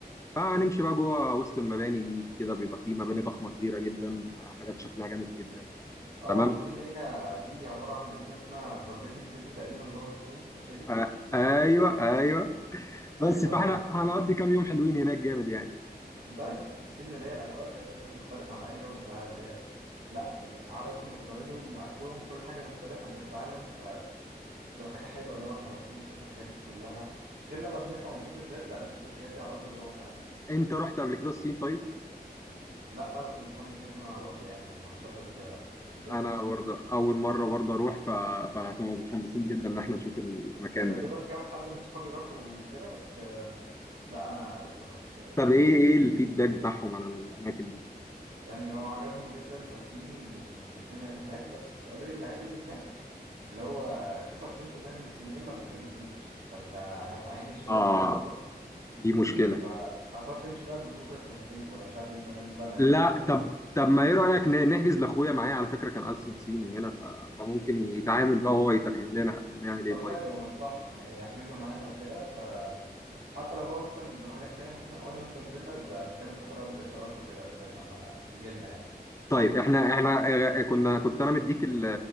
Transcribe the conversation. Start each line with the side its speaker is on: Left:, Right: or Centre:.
Left: فهنمشي بقى جوه وسط المباني دي كده بيبقى في مباني ضخمة كبيرة جدا حاجات شكلها جامد جدا
Right: اه
Left: تمام.
Right: مش دي اللي هي دي عباره عن مدينه اسمها فوربيدن سيتي تقريبا جوه بكين مش دي؟
Left: آه، ايوه ايوه بس
Right: ايوه
Left: فاحنا
Right: ايوه انا افتكرتها
Left: هنقضي كام يوم حلوين هناك جامد يعني
Right: انت عارف ميزه الصين اللي هي الاجواء بتاعتها كده مختلفه عن اي دوله في العالم اللي هي لا يعني عاداتهم وتقاليدهم واكلهم وكل حاجه مختلفه عن بقيه العالم فتبقى حاجه حلوه اللي هو احنا رايحين نشوف الحاجات دي كلها غير لما بنسمع ونشوف فيديوهات لا نشوف الحاجات دي على ارض الواقع
Left: انت رحت قبل كده الصين طيب
Right: لا بس متحمس جدا انا اروح يعني ما رحتش قبل كده لا انت ايه
Left: انا
Right: الدنيا
Left: برضه اول مره برضه اروح ف... فهتبقى متحمسين جدا ان احنا نشوف المكان
Right: انا
Left: ده
Right: دوبك كام حد من صحابي راحوا وكده بس لا انا لسه ما رحتش
Left: طب ايه ايه الفيدباك بتاعهم على الاماكن دي
Right: يعني هو عجبهم جدا كاسين والدنيا اللي هناك بس قالوا لي اللعيب اللي هناك اللي هو 99% من الصينيين ما بيتكلموش انجلش فانت هتعاني شويه
Left: اه
Right: في الحوار ده
Left: دي مشكله
Right: فهتقعد تمشي بقى بالجوجل ترانسليت ولا مش عارف ايه البرنامج بقى اللي هنستخدمه
Left: لا طب
Right: بس
Left: طب ما ايه رايك ن- نحجز لاخويا معايا على فكره كان ألسن صيني هنا ف... فممكن يتعامل بقى وهو يترجم لنا نعمل ايه
Right: طب
Left: طيب
Right: حلو مصلحه يعني حجزنا معانا وكده فحتى لو هو مثلا لو هناك نايم واحنا وانا وانت نزلنا بيبقى نتكلم ساعتها بقى بالاشارات وكده لغايه لما يجي لنا يعني
Left: طيب احنا احنا آه، كنا كنت انا مديك ال-